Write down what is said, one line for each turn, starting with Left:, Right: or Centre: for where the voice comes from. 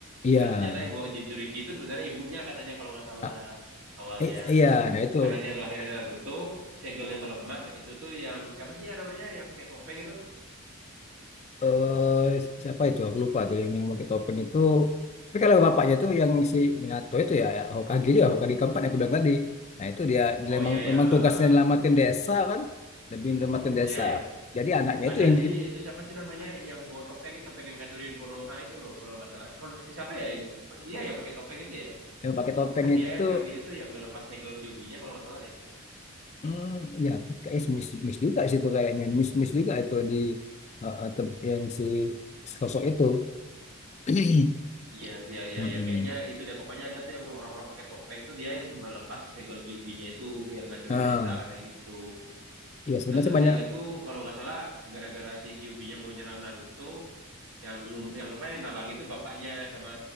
Left: iya
Right: Nah ternyata yang bawa Jinchuriki itu sebenarnya ibunya katanya kalau nggak salah
Left: Ah,
Right: awalnya.
Left: i- iya nah itu
Right: Karena dia ngelahirin Naruto, segelnya melemah, itu tuh yang siapa sih ya namanya yang pakai topeng itu?
Left: eh si-, siapa itu aku lupa tuh yang yang pakai topeng itu tapi kalau bapaknya itu yang si Minato itu ya ya, Hokage juga Hokage keempat yang aku bilang tadi nah itu dia, dia
Right: Oh
Left: memang,
Right: iya ya,
Left: memang tugasnya
Right: eh,
Left: nyelamatin desa kan lebih nyelamatin desa
Right: iya ya.
Left: jadi anaknya
Right: Ada
Left: itu yang
Right: sih
Left: di
Right: itu siapa sih namanya yang bawa topeng itu yang pengen ngacurin Konoha itu loh kalau nggak salah. Kon- siapa ya? Dia yang pakai topeng itu ya?
Left: yang pakai topeng
Right: Kan dia
Left: itu
Right: yang yang gini tuh yang ngelepas segel Kyuubi-nya kalau nggak salah deh.
Left: hmm, ya aku kayak miss miss juga sih itu kayaknya miss miss juga itu di eh, eh, tem- yang si sosok itu <clears throat>
Right: Iya, iya, iya,
Left: Mm-mm.
Right: iya. Kayaknya itu deh. Pokoknya ada tuh yang orang-orang pakai topeng tuh dia yang melepas segel Kyuubi-nya itu biar ngacurin
Left: Ah,
Right: desa katanya gitu.
Left: ya sebenarnya
Right: Nah, terus
Left: sih banyak
Right: seingatku kalau nggak salah gara-gara si Kyuubi-nya mau nyerang Naruto, yang yang apa yang nalang itu bapaknya sama